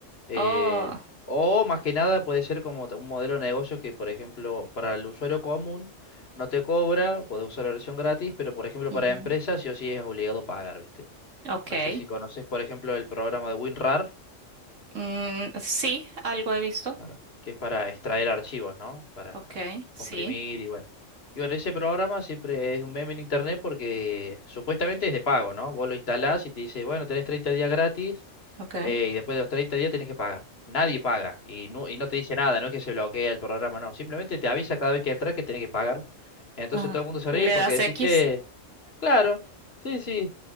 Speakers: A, on the left (about 55°); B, on the right (about 80°).
A: Eh,
B: Oh,
A: o más que nada puede ser como un modelo de negocio que, por ejemplo, para el usuario común no te cobra, puedes usar la versión gratis, pero por ejemplo
B: ujú,
A: para empresas sí o sí es obligado pagar, ¿viste?
B: ok.
A: No sé si conoces, por ejemplo, el programa de WinRAR,
B: Mm, sí, algo he visto.
A: Claro. que es para extraer archivos, ¿no? Para
B: Ok, sí,
A: comprimir y bueno. Y bueno, ese programa siempre es un meme en internet porque supuestamente es de pago, ¿no? Vos lo instalás y te dice, bueno, tenés 30 días gratis
B: ok.
A: eh, y después de los 30 días tenés que pagar. Nadie paga y no, y no te dice nada, no es que se bloquea el programa, no. Simplemente te avisa cada vez que entras que tenés que pagar. Entonces
B: Ajá.
A: todo el mundo se
B: Le
A: ríe porque
B: das
A: decís,
B: X.
A: che, claro, sí, sí.